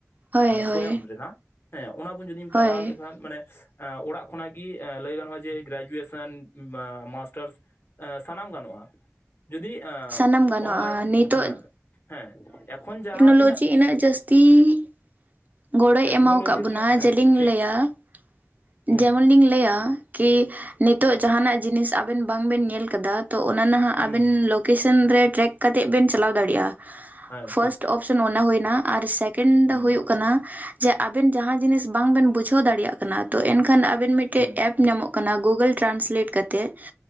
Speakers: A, on the right; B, on the left.
A: ᱦᱳᱭ ᱦᱳᱭ
B: ᱥᱳᱭᱟᱢ ᱨᱮᱱᱟᱜ ᱦᱮᱸ ᱚᱱᱟ ᱵᱚᱱ ᱡᱩᱫᱤᱢ
A: ᱦᱳᱭ
B: ᱯᱟᱲᱦᱟᱣ ᱞᱮᱠᱷᱟᱱ ᱢᱟᱱᱮ ᱩᱦ ᱚᱲᱟᱜ ᱠᱷᱚᱱᱟᱜ ᱜᱮ ᱩᱦ ᱞᱟᱹᱭ ᱜᱟᱱᱚᱜᱼᱟ ᱡᱮ ᱜᱨᱮᱡᱩᱭᱮᱥᱮᱱ ᱩᱢ ᱢᱟᱥᱴᱟᱨᱥᱼᱼ ᱮ ᱥᱟᱱᱟᱢ ᱜᱟᱱᱚᱜᱼᱟ ᱡᱩᱫᱤ ᱮ
A: ᱥᱟᱱᱟᱢ ᱜᱟᱱᱚᱜᱼᱟ
B: ᱚᱱᱞᱟᱭᱤᱱ
A: ᱱᱤᱛᱚᱜ
B: ᱦᱮᱸ ᱦᱮᱸ ᱮᱠᱷᱚᱱ ᱡᱟᱦᱟᱸᱛᱼᱼ
A: ᱞᱚᱡᱤ ᱤᱱᱟᱹᱜ ᱡᱟᱹᱥᱛᱤ ᱜᱚᱲᱚᱭ
B: ᱴᱮᱠᱱᱳᱞᱚᱡᱤ
A: ᱮᱢᱟᱣ ᱟᱠᱟᱫ ᱵᱚᱱᱟ
B: ᱨᱮᱱᱟᱜ ᱦᱮᱸ
A: ᱡᱮᱞᱤᱧ
B: ᱴᱷᱤᱠ
A: ᱞᱟᱹᱭᱟ
B: ᱦᱩᱸ
A: ᱡᱮᱢᱚᱱ ᱞᱤᱧ ᱞᱟᱹᱭᱟ ᱠᱤ ᱱᱤᱛᱚᱜ ᱡᱟᱦᱱᱟᱜ ᱡᱤᱱᱤᱥ ᱟᱵᱮᱱ ᱵᱟᱝ ᱵᱮᱱ ᱧᱮᱞ ᱟᱠᱟᱫᱟ ᱛᱚ ᱚᱱᱟ ᱱᱟᱦᱟᱜ ᱟᱵᱮᱱ
B: ᱦᱩᱸ ᱦᱩᱸ
A: ᱞᱼᱼ <inaudible> ᱨᱮ ᱴᱨᱮᱠ ᱠᱟᱛᱮᱫ ᱵᱮᱱ ᱪᱟᱞᱟᱣ ᱫᱟᱲᱮᱭᱟᱜᱼᱟ
B: ᱦᱮᱸ
A: ᱯᱷᱟᱥᱴ
B: ᱴᱷᱤᱠ
A: ᱚᱯᱷᱥᱮᱱ ᱚᱱᱟ ᱦᱩᱭᱱᱟ ᱟᱨ ᱥᱮᱠᱮᱱᱰ
B: ᱦᱩᱸ
A: ᱫᱚ ᱦᱩᱭᱩᱜ ᱠᱟᱱᱟ ᱡᱮ ᱟᱵᱮᱱ ᱡᱟᱦᱟᱸ ᱡᱤᱱᱤᱥ ᱵᱟᱝ ᱵᱮᱱ ᱵᱩᱡᱷᱟᱹᱣ ᱫᱟᱲᱮᱭᱟᱜ ᱠᱟᱱᱟ ᱛᱚ ᱮᱱᱠᱷᱟᱱ ᱟᱵᱮᱱ ᱢᱤᱫᱴᱮᱡ
B: ᱦᱩᱸ
A: ᱮᱯ ᱧᱟᱢᱚᱜ ᱠᱟᱱᱟ ᱜᱩᱜᱚᱞ ᱴᱨᱟᱱᱥᱞᱮᱴ ᱠᱟᱛᱮᱫ